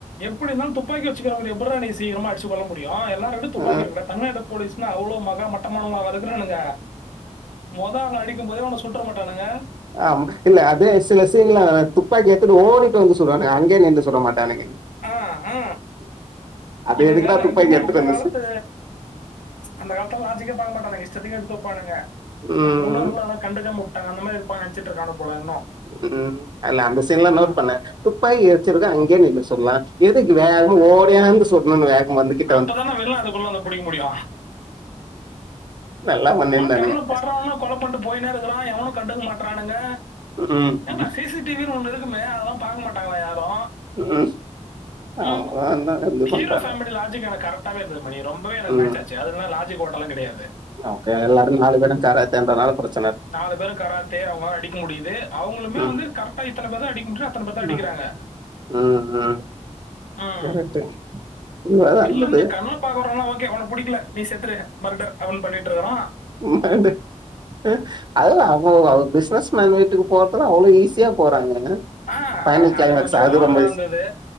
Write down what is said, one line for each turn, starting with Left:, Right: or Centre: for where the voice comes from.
Left: எப்டி இருந்தாலு துப்பாக்கி வச்சுக்கறவங்கட்ட எப்புட்ரா நீ சீக்கரமா அடிச்சு கொல்ல முடியு எல்லாருட்ட துப்பாக்கி
Right: ஆ,
Left: இருக்குடா தமிழ்நாடு போலீஸ்ன்னா அவ்ளோ மகா மட்டமானவங்களாவா இருகுறானுங்க மொத ஆள அடிக்கும் போதே அவன சுட்டர மாட்டானுங்க
Right: அம் இல்ல அதே சில சீன்ல்ல துப்பாக்கிய ஏடுதுட்டு ஓடிட்டு வந்து சுடுவானுங்க அங்கே நின்னு சுடமாட்டானுங்க
Left: அ ஆ
Right: அது
Left: இவனுங்க
Right: எதுக்குடா துப்பாக்கி
Left: இன்னுமே
Right: எடுத்துட்டு
Left: அந்த
Right: வந்து
Left: காலத்து
Right: சு-
Left: அந்த காலத்தல லாஜிக்கே பாக்க மாட்டாங்க இஷ்டத்துக்கு எடுத்து வப்பானுங் க நம்
Right: ம்,
Left: முன்னோர்கள் அதலா கண்டுக்காம உட்டாங்க அந்த மாரி இருப்பாங்கன்னு நெனச்சுட்டு இருக்கானுங்க போல இன்னும்.
Right: ம் இல்ல அந்த சீன்லா
Left: ம்.
Right: நோட் பண்ண துப்பாக்கிய வச்சிருக்கவ அங்கே நின்னு சுடலா எதுக்கு வேகமா ஓடியாந்து சுடணு வேகமா வந்துக்கிட்
Left: அப்பதான வெளிநாடு குள்ளன புடிக்க முடியு
Right: நல்லா பண்ணியிருந்தானுங்க
Left: மா கண்ல பர்றவன கொலபன்டு போய்னே இருக்குறா எவனு கண்டுக்க மாட்டா னுங்க
Right: ம்,
Left: ஏண்டா
Right: ம்,
Left: சி சி டி வி னு ஒண்ணு இருக் குமே அதெல்லா பாக்க மாட்டாங்களா யாரு
Right: ம். அவன்
Left: ம்
Right: தான் இது
Left: ஹீரோ
Right: பண்றான்
Left: ஃபேமிலி லாஜிக் ஆனா கரெக்ட் டாவே இருந்தது மணி ரொம்பவே எனக்கு
Right: ம்
Left: மேட்ச் ஆச்சு அதல்லா லாஜிக் ஓட்டலா கெடையாது
Right: ஓகே எல்லாரு நாலு கட சாய்ராத்த <inaudible>
Left: நாலு பேரு கராத்தே அவங்களால அடிக்க முடியுது அவங்களுமே
Right: ம்
Left: வந்து கரெக்ட் டா இத்தன பேர்தா அடிக்க முடியுனா அத்தன பேர்தா அடிக்கிறாங்க
Right: ம் ம் ம்
Left: ம்
Right: கரெக்ட்டு இதுவர
Left: வில்லன்ன
Right: இருந்தது
Left: கண்ல பாக்கறவன்லா ஓகே ஒன்ன புடிக்கல நீ செத்துரு மர்டர் அவன் பண்ணிட்ருக்கறா
Right: என்னாண்டு ம் அதல்லா ஔ அவ பிசினஸ்மேன் வீட்டுக்கு போறதுனா அவ்ளோ ஈஸியா போறாங்க
Left: ஆ அ
Right: ஃபைனல்
Left: அ
Right: கிளைமேக்ஸ்
Left: அது கொஞ்சோ ஓவரா
Right: ரொம்ப ஈஸி
Left: இருந்தது